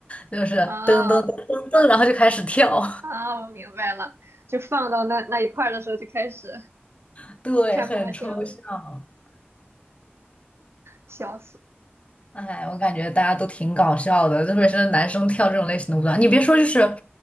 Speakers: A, on the left (about 30°); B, on the right (about 80°).
A: 就是噔噔噔噔噔，
B: 啊
A: 然后就开始跳，
B: 啊，我明白了，就放到那那一块儿的时候就开始
A: <laughs> 对，
B: 太魔性了，
A: 很抽象。
B: 笑死！
A: 哎，我感觉大家都挺搞笑的，特别是男生跳这种类型的舞蹈。你别说，就是